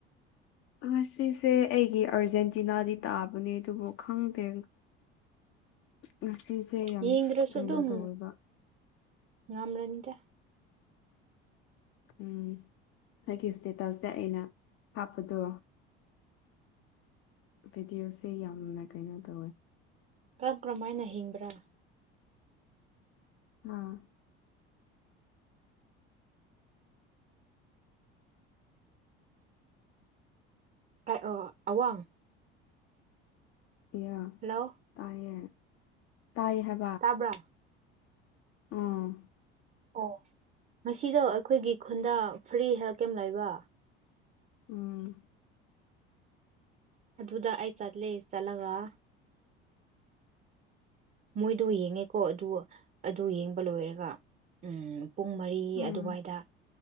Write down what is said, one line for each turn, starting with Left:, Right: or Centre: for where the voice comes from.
Left: ꯉꯁꯤꯁꯦ ꯑꯩꯒꯤ ꯑꯥꯔꯖꯦꯟꯇꯤꯅꯥꯗꯤ ꯇꯥꯕꯅꯦ ꯑꯗꯨꯕꯨ ꯈꯪꯗꯦ ꯉꯁꯤꯁꯦ ꯌꯥꯝ
Right: ꯌꯦꯡꯗ꯭ꯔꯁꯨ
Left: ꯀꯩꯅꯣ
Right: ꯑꯗꯨꯝ
Left: ꯇꯧꯋꯦꯕ
Right: ꯉꯝꯔꯅꯤꯗ
Left: ꯎꯝ ꯑꯩꯒꯤ ꯁꯇꯦꯇꯁ ꯁꯦ ꯑꯩꯅ ꯍꯥꯞꯄꯗꯨ ꯚꯤꯗꯤꯑꯣꯁꯦ ꯌꯥꯝꯅ ꯀꯩꯅꯣ ꯇꯧꯋꯦ
Right: ꯀꯔꯝ ꯀꯔꯝ ꯍꯥꯏꯅ ꯍꯤꯡꯕ꯭ꯔꯥ
Left: ꯍꯥ
Right: ꯍꯥꯏꯑꯣ ꯑꯋꯥꯡ
Left: ꯀꯌꯥ
Right: ꯍꯜꯂꯣ
Left: ꯇꯥꯏꯌꯦ ꯇꯥꯏ ꯍꯥꯏ
Right: ꯇꯥꯕ꯭ꯔꯥ
Left: ꯑꯣ
Right: ꯑꯣ ꯉꯁꯤꯗꯣ ꯑꯈꯣꯏꯒꯤ ꯈꯨꯟꯗ ꯐ꯭ꯔꯤ ꯍꯦꯜꯠ ꯀꯦꯝ ꯂꯩꯕ
Left: ꯎꯝ
Right: ꯑꯗꯨꯗ ꯑꯩ ꯆꯠꯂꯦ ꯆꯠꯂꯒ ꯃꯣꯏꯗꯣ ꯌꯦꯡꯉꯦꯀꯣ ꯑꯗꯨ ꯑꯗꯨ ꯌꯦꯡꯕ ꯂꯣꯏꯔꯒ ꯎꯝ ꯄꯨꯡ ꯃꯔꯤ
Left: ꯎꯝ
Right: ꯑꯗꯨꯋꯥꯏꯗ